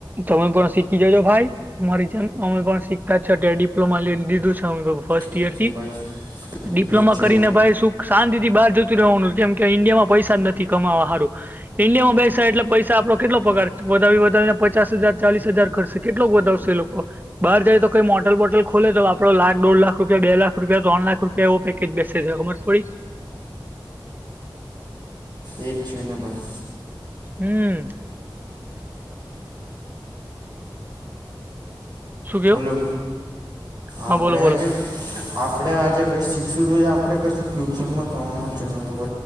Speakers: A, on the right; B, on the right.
A: તમે પણ શીખી જજો ભાઈ મરી અમે પણ શીખતા છ્યારે ડિપ્લોમા લ દીધું છે અમે ફર્સ્ટ
B: એ જ
A: યર
B: છે
A: થી
B: ભાઈ
A: ડિપ્લોમા
B: એ જ છે
A: કરી ને ભાઈ શું શાંતિ થી બહાર જતું રહેવાનું જેમ કે ઈન્ડિયામાં પૈસા જ નથી કમાવા સારું ઇન્ડિયા બેસાાય એટલે પસા આપડો કેટલો પગાર વધાવી વધાવીને પછી પચાસ હજાર ચાલીસ હજાર ખર્શે કેટલો વધાવશે લોકો બાર જાય તો કઈ મોટલ બોટલ ખોલે તો આપડો લાખો લાખ રૂપિયા બે લાખ રૂપિયા ત્ર લાખ રૂપિયા એવે કેટ બેચસે છે ખબર પડી
B: એ જ છે ને ભઈ
A: હમ્મ શું કેવું
B: હેલો આપડે
A: હા બોલો બોલો
B: આજ
A: બોલો
B: આપડે આજે કઈ શીખશું તો આપડે કશું ફ્યુચરમાં થવાનું છે નત